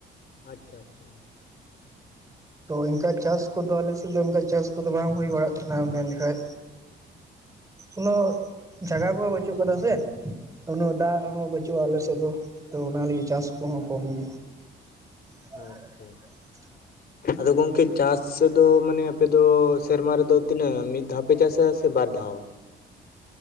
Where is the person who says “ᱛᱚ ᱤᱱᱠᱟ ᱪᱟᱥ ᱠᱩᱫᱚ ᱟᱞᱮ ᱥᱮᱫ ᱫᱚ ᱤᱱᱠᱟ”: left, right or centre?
Right